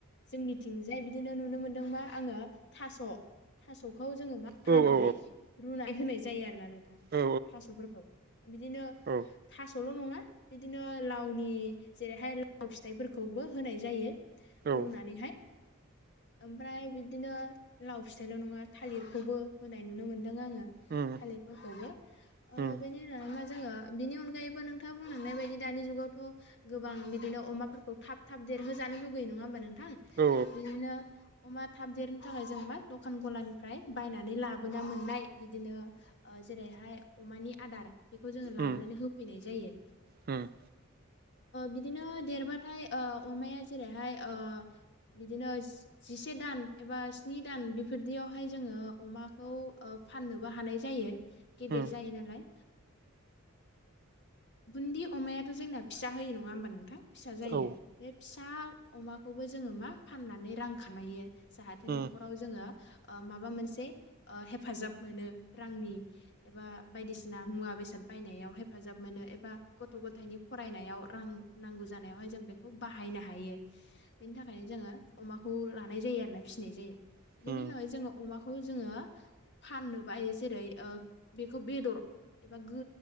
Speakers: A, on the left (about 55°); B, on the right (about 45°).
A: जोंनिथिंजाय बिदिनो नुनो मोनदों मा आङो थास'-थास' खौ जाङो मा
B: औ
A: हानानै
B: औ
A: रूना होनानै होनाय जायो आरोना नोंथां
B: औ
A: थास'फोरखौ, बिदिनो
B: औ
A: थास' ल' नङा बिदिनो लावनि जेरैहाय लाव फिथाइफोरखौबो होनाय जायो
B: औ
A: रुनानैहाय।
B: औ
A: ओमफ्राय बिदिनो लाव फिथाइल' नङा थालिरखौबो होनाय नुनो मोनो मोनदों आङो
B: उम
A: थालिरफोरखौबो
B: उम
A: ओ बेनि उनाव जोङो बिनि अनगायैबो नोंथाङा बुंलांनाय बायदि दानि जुगावथ' गोबां बिदिनो अमाफोरखौ थाब थाब देरहोजानो लु गैयो नङा होमबा नों थां
B: औ
A: बिदिनो अमा थाब देर थाखाय जों मा दखान गलानिफ्राय बायनानै लाबोना मोननाय बिदिनो ओ जेरैहाय अमानि आदार बेखौ जोङो लाबोनानै
B: उम
A: होफैनाय जायो।
B: उम
A: बिदिनो देरबाथाय ओ अमाया जेरैहाय ओ बिदिनो जिसे दान एबा स्नि दान बेफोरदियावहाय जोङो अमाखौ फाननोबो हानाय जायो गेदेर
B: उम
A: जायो नालाय बुन्दि अमायाथ' जोंना फिसा होयो नङा होमबा नोंथां फिसा
B: औ
A: जायो बे फिसा अमाखौबो जोङो मा फाननानै रां खामायो जाहाथे
B: उम
A: न'खराव जोङो माबा मोनसे हेफाजाब मोनो। रांनि एबा बायदिसिना मुवा बेसाद बायनायाव हेफाजाब मोनो एबा गथ' गथायनि फरायनायाव रां नांगौ जानायावहाय जों बेखौ बाहायनो हायो बेनि थाखायनो जोङो अमाखौ लानाय जायो आरोना फिसिनाय जायो
B: उम औ उम
A: बेनि उनावहाय जोङो अमाखौ जोङो फाननो बायो जेरै बेखौ बेदर एबा गो